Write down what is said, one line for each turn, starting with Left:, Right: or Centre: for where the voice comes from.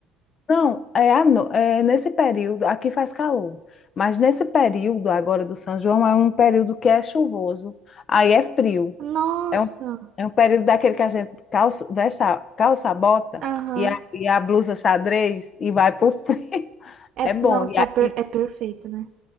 Left: Não, é, à no- é nesse período, aqui faz calor, mas nesse período agora do São João é um período que é chuvoso, aí é frio.
Right: Nossa!
Left: É um, é um período daquele que a gente calça, veste a, calça a bota
Right: Aham.
Left: e a, e a blusa xadrez e vai pro frio. <laughs>
Right: É,
Left: É bom.
Right: nossa,
Left: E, a-
Right: é, per-
Left: e,
Right: é perfeito, né?